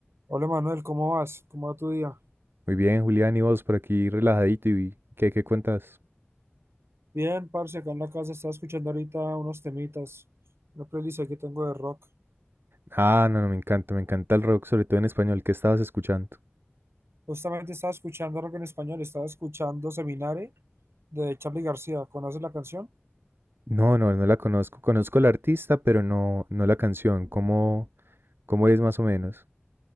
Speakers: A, on the right; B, on the right.
A: Hola Manuel, ¿cómo vas? ¿Cómo va tu día?
B: Muy bien, Julián, y vos por aquí relajadito y ¿qué, qué cuentas?
A: Bien, parce, acá en la casa estaba escuchando ahorita unos temitas, una playlist ahí que tengo de rock.
B: Ah, no, no, me encanta, me encanta el rock, sobre todo en español. ¿Qué estabas escuchando?
A: Justamente estaba escuchando rock en español, estaba escuchando Seminare de Charly García. ¿Conoces la canción?
B: No, no, no la conozco. Conozco la artista, pero no, no la canción. ¿Cómo, cómo es más o menos?